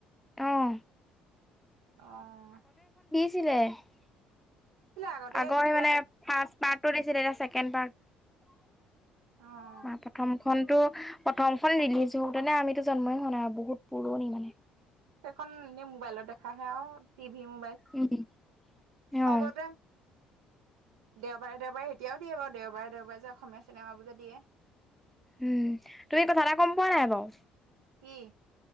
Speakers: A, in the centre; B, on the right (about 80°).
A: অহ
B: অহ
A: আগৰ
B: আগতে তেতিয়া
A: মানে ফাৰ্ষ্ট পাৰ্টটো দিছিলে এতিয়া ছেকেণ্ড পাৰ্ট
B: অ',
A: উম প্ৰথম প্ৰথমটো, প্ৰথমখন ৰিলিজ হওতে আমিতো জন্মই হোৱা নাই বহুত পুৰণি মানে
B: সেইখন এ মোবাইলত দেখাহে আৰু টিভি মোবাইল
A: উম, অ'।
B: আগতে দেওবাৰে দেওবাৰে এতিয়াও দিয়ে বাৰু দেওবাৰে দেওবাৰে যে অসমীয়া চিনেমাবোৰ যে দিয়ে
A: উম তুমি কথা এটা গম পোৱা নাই বাৰু
B: উম